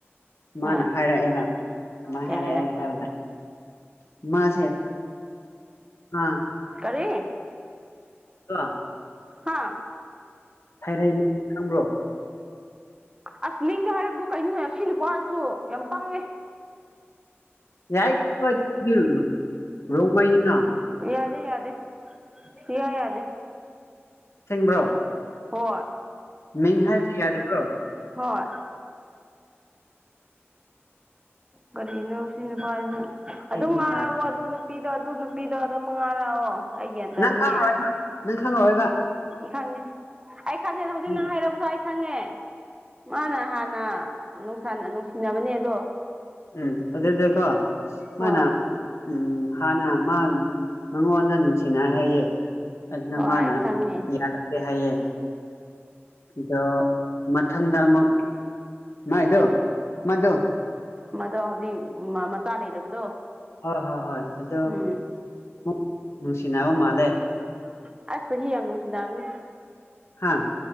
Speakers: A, on the left; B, on the right.
A: ꯃꯥꯅ
B: ꯍꯣꯏ
A: ꯍꯥꯏꯔꯛꯑꯦꯕ ꯀꯃꯥꯏꯅ
B: ꯀꯩ
A: ꯍꯥꯏꯔꯛꯑꯦ
B: ꯍꯥꯏꯔꯛꯄ
A: ꯍꯥꯏꯕꯗ ꯃꯥꯁꯦ ꯑꯥ
B: ꯀꯔꯤ
A: <unintelligible>
B: ꯍꯥꯥ
A: ꯊꯥꯏꯔꯦꯟ ꯈꯪꯕ꯭ꯔꯣ꯫
B: ꯑꯁ ꯃꯤꯡꯗꯣ ꯍꯥꯏꯔꯛꯀꯅꯨ ꯀꯩꯅꯣ ꯑꯁꯤ ꯅꯨꯄꯥꯖꯤꯁꯨ ꯌꯥꯝ ꯄꯪꯉꯦ꯫
A: ꯌꯥꯏ ꯀꯩꯁꯨ ꯀꯥꯏꯗꯦ <unintelligible> ꯔꯣꯡꯃꯩꯅꯤꯅ꯫
B: ꯌꯥꯗꯦ ꯌꯥꯗꯦ ꯁꯨꯌꯥ ꯌꯥꯗꯦ꯫
A: ꯑꯁꯦꯡꯕ꯭ꯔꯣ꯫
B: ꯍꯣꯏ
A: ꯃꯤꯡ ꯍꯥꯏꯕꯁꯤ ꯌꯥꯗꯕ꯭ꯔꯣ꯫
B: ꯍꯣꯏ ꯀꯔꯤꯅꯣ ꯁꯤ ꯅꯨꯄꯥꯖꯤꯁꯨ
A: ꯑꯩꯗꯤ
B: ꯑꯗꯨꯝ ꯉꯥꯡꯔꯛꯑꯣ
A: ꯌꯥꯏ
B: ꯑꯗꯨ ꯅꯨꯄꯤꯗꯣ ꯑꯗꯨ ꯅꯨꯄꯤꯗꯣ꯫ ꯆꯃꯉꯥ ꯂꯥꯛꯑꯣ ꯑꯩꯒꯌ꯭ꯥꯟ ꯇꯥꯅꯤꯌꯦ꯫
A: ꯅꯪ ꯈꯪꯉꯣꯏ ꯅꯪ ꯈꯪꯉꯣꯏꯔꯕ
B: ꯈꯪꯉꯦ ꯑꯩ ꯈꯪꯉꯦꯅ ꯍꯧꯖꯤꯛ
A: ꯎꯝ
B: ꯅꯪ ꯍꯥꯏꯔꯛꯕꯗꯣ ꯑꯩ ꯈꯪꯉꯦ꯫ ꯃꯥꯅ ꯍꯥꯟꯅ ꯅꯨꯡꯁꯟ ꯅꯨꯡꯁꯤꯅꯕꯅꯦ ꯑꯗꯣ꯫
A: ꯎꯝ ꯑꯗꯨꯗꯀꯣ ꯃꯥꯅ
B: ꯍꯣꯏ
A: ꯎꯝ ꯍꯥꯟꯅ ꯃꯥ ꯃꯉꯣꯟꯗ ꯅꯨꯡꯁꯤꯅꯩ ꯍꯥꯏꯌꯦ꯫ ꯑꯗꯨꯅ
B: ꯍꯣꯏ
A: ꯃꯥꯅ
B: ꯑꯩ ꯈꯪꯉꯦ
A: ꯌꯥꯔꯛꯇꯦ ꯍꯥꯏꯌꯦ꯫ ꯗꯣ ꯃꯊꯪꯗ ꯑꯃꯨꯛ ꯃꯥꯥꯏꯗꯣ ꯃꯥꯥꯗꯣ꯫
B: ꯃꯗꯣ ꯍꯧꯖꯤꯛ ꯃ ꯃꯆꯥ ꯂꯩꯔꯕꯗꯣ꯫
A: ꯍꯣ ꯍꯣ ꯍꯣꯏ ꯑꯗꯣ
B: ꯎꯝ
A: ꯃꯨ ꯅꯨꯡꯁꯤꯅꯕ ꯃꯥꯜꯂꯦ꯫
B: ꯑꯁ ꯆꯍꯤ ꯌꯥꯝ ꯅꯨꯡꯁꯤꯅꯕꯅꯤ ꯫
A: ꯍꯥꯥ